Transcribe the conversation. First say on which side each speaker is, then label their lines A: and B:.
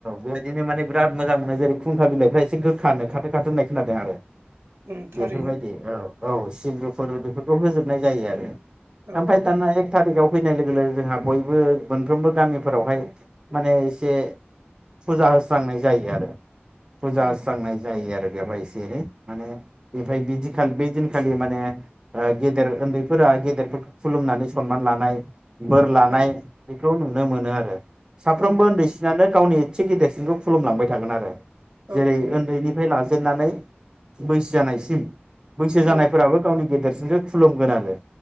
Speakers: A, on the right (about 25°); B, on the right (about 85°).
A: बेबायदिनो माने बिराद मोजां मोनोे जेरै खुंखा बिलाइफ्रा एसे गोखानो खाथो खाथो होननाय खोनादों आरो
B: उम थारैनो
A: बेफोरबायदि औ औ सिब्रुफोर बेफोरखौ होजोबनाय जायो आरो
B: औ
A: ओमफाय दाना एक थारिखाव फैनाय लोगो लोगो जोंहा बयबो मोनफ्रोमबो गामिफोरावहाय माने एसे फुजा होस्रांनाय जायो आरो फुजा
B: औ
A: होस्रांनाय जायो आरो बेवहाय एसे एनै माने बे बायदि दिन खालि बे दिनखालि माने ओ गेदेर उन्दैफोरा गेदेरफोरखौ खुलुमनानै सनमान लानाय बोर ला
B: औ
A: नाय बेखौ नुनो मोनो आरो साफ्रोमबो
B: औ
A: ओन्दैसिनानो गावनि इसे गिदेरसिनखौ खुलुमलांबाय थागोन आरो
B: औ
A: जेरै ओन्दैनिफ्राय लाजोब नानै बैसो जानायसिम बैसो जानायफोराबो
B: औ
A: गावनि गेदेर सिनखौ खुलुमगोन आरो